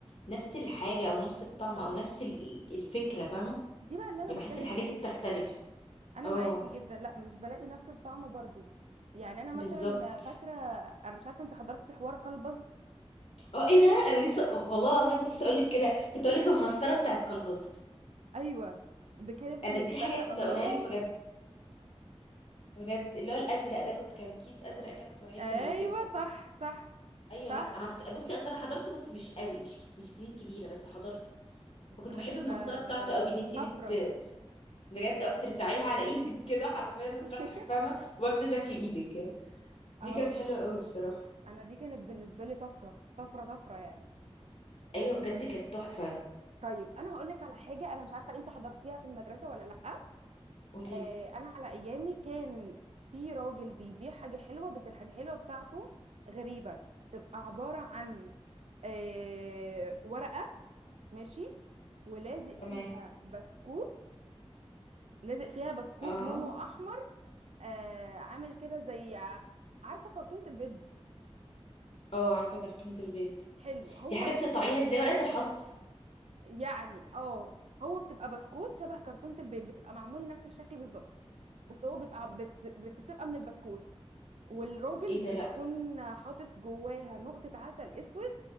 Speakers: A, on the left; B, on the right.
A: نفس الحاجة او نفس الطعم او نفس ال- الفكرة فاهمة
B: دي بقى اللي انا
A: يعني
B: بتكلم
A: بحس الحاجات
B: فيها
A: دي بتختلف
B: انا
A: اه
B: معاكي جدا لا مش بلاقي نفس الطعم برضو يعني انا مثلا
A: بالظبط
B: فاكره انا مش عارفه انت حضرتي حوار كلبز
A: اه ايه ده انا لسه والله العظيم كنت لسه اقولك كده كنت اقولك المسطرة بتاعت كلبز
B: ايوه ده كانت
A: انا
B: بالنسبه
A: دي الحاجة
B: لنا
A: اللي كنت
B: الله
A: اقولها لك بجد بجد اللي هو الازرق ده كنت كان كيس ازرق كده كنت بحبه
B: ايوه
A: اللي بالجبنة
B: صح صح
A: ايوه
B: صح
A: لا انا فت... بصي اصل انا حضرته بس مش قوي مش كت... مش سنين كبيره بس حضرته فكنت
B: ده احنا
A: بحب المسطره بتاعته قوي ان انتي
B: طفره
A: بت بجد او بترزعيها على ايدك <laughs> كده حرفيا وتروح
B: <laughs>
A: فاهمه واخده شكل ايدك يعني
B: اه
A: دي كانت حلوه قوي بصراحه
B: انا دي كانت بالنسبه لي طفره طفره طفره يعني أه
A: ايوه بجد كانت تحفه
B: طيب انا هقول لك على حاجه انا مش عارفه انت حضرتيها في المدرسه ولا لا
A: قولي
B: أه
A: لي
B: انا على ايامي كان في راجل بيبيع حاجه حلوه بس الحاجه الحلوه بتاعته غريبه تبقى عباره عن أه ورقه ماشي ولازق
A: تمام
B: فيها بسكوت لازق فيها بسكوت
A: اه
B: لونه احمر آه عامل كده زي عارفه كرتونه البيض
A: اه عارفه كرتون البيت
B: حلو هو
A: دي حاجه
B: ال-
A: بتقطعيها دي زي ورقه الحظ
B: يعني اه هو بتبقى بسكوت شبه كرتونه البيض بتبقى معمول نفس الشكل بالظبط بس هو بيبقى ع- بس, بس بتبقى من البسكوت والراجل
A: ايه
B: بيكون
A: ده لا
B: حاطط جواها نقطه عسل اسود